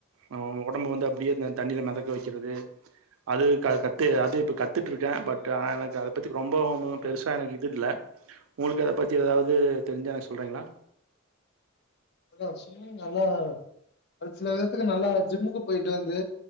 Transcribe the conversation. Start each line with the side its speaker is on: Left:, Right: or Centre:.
Right: நம்ம ஒடம்பு வந்து அப்டியே இந்த தண்ணில மெதக்க வக்கிறது அது க கத்து அது இப்ப கத்துட்டு இருக்கே பட் ஆனா எனக்கு அது பத்தி ரொம்பவுமு
Left: ஓகே
Right: பெருசா எனக்கு இது இல்ல உங்களுக்கு அத பத்தி எதாவ்து தெரிஞ்சா எனக்கு சொல்கிறீங்களா
Left: அதா ஸ்விம்மிங் நல்லா அது சில விதத்துக்கு நல்லா ஜிம்முக்கு போயிட்டு வந்து